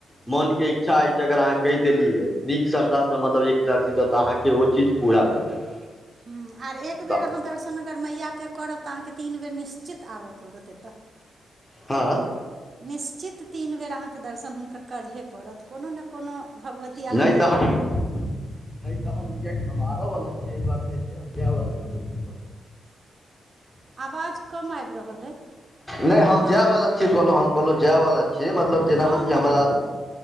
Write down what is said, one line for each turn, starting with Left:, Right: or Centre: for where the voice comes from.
Left: मोनके इच्छा अछि अगर अहाँ कहि देलियै नीक श्रद्धासँ मतलब एकटा ऽ अहाँके ओ चीज। पूरा भऽ जायत।
Right: हँ आर एक बेर
Left: तऽ
Right: अहाँ दर्शन अगर मैयाकेँ करब तऽ अहाँकेँ तीन बेर निश्चित ऽ आबऽ पड़त एतऽ।
Left: हँ
Right: निश्चित तीन बेर अहाँके दर्शन हुनकर करहे पड़त, कोनो ने कोनो भगवती अ अहाँके
Left: नहि तऽ
Right: एतऽ
Left: हम नहि तऽ हम किएक हम आबऽवला छियै एहन बात नहि छै हम जाए बला छी ओहिठाम।
Right: आवाज कम आबि रहल अइ
Left: नहि हम
Right: हँ
Left: जायवला छी कहलहुँ हम कहलहुँ जायवला छी। छियै, मतलब जेना
Right: हँ
Left: मतलब
Right: हँ
Left: हमरा